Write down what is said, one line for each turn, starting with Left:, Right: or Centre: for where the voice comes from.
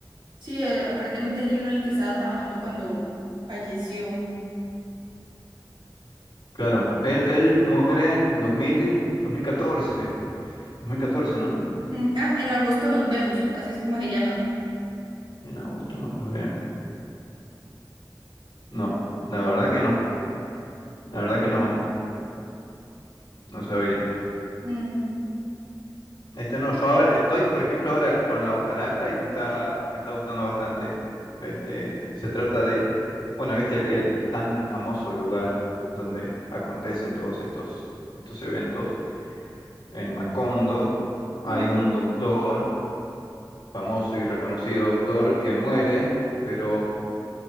Right: sí, eh, aparentemente es el libro en el que estaba trabajando cuando falleció.
Left: Claro, él, él muere en dos dos mil, dos mil catorce, dos mil catorce, ¿no?
Right: Mm, ah, en agosto nos vemos, así es como se llama.
Left: En agosto nos vemos. No, la verdad que no, la verdad que no, no sabía.
Right: Mm,
Left: Este no, yo ahora estoy, por ejemplo, ahora con la hojarasca y me está, me está gustando bastante. Este, se trata de, bueno, viste el, el tan famoso lugar donde acontecen todos estos, estos eventos. En Macondo hay
Right: ujú,
Left: un doctor, famoso y reconocido doctor, que muere, pero